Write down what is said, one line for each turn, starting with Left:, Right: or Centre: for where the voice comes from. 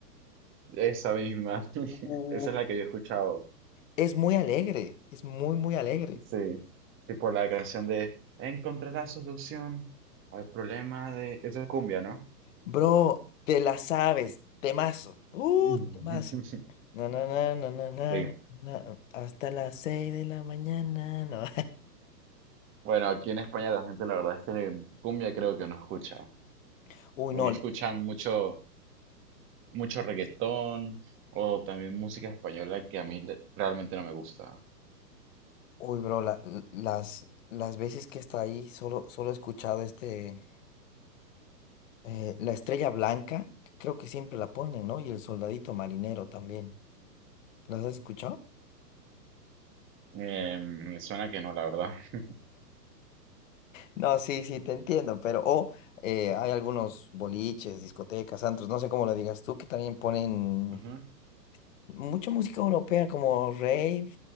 Right: esa misma. <laughs>
Left: uh,
Right: Esa es la que yo he escuchado.
Left: es muy alegre, es muy, muy alegre.
Right: Sí. Tipo la canción de Encontré la solución al problema de... Esa es cumbia, ¿no?
Left: Bro, te la sabes, temazo, uh,
Right: <laughs>
Left: temazo. Na, na, na, na, na, na,
Right: Sí,
Left: na, hasta las seis de la mañana, no.
Right: bueno, aquí en España la gente la verdad es que cumbia creo que no escucha.
Left: <laughs> Uy,
Right: O
Left: no,
Right: escuchan mucho, mucho reggaetón o también música española que a mí le- realmente no me gusta.
Left: uy, bro, la- l- las, las veces que está ahí, solo, solo he escuchado este, eh, la estrella blanca, que creo que siempre la ponen, ¿no? Y el soldadito marinero también. ¿Las has escuchado?
Right: Eh, me suena que no, la verdad. <laughs>
Left: No, sí, sí, te entiendo, pero o eh, hay algunos boliches, discotecas, antros, no sé cómo lo digas tú, que también ponen
Right: Ujú.
Left: mucha música europea como rave,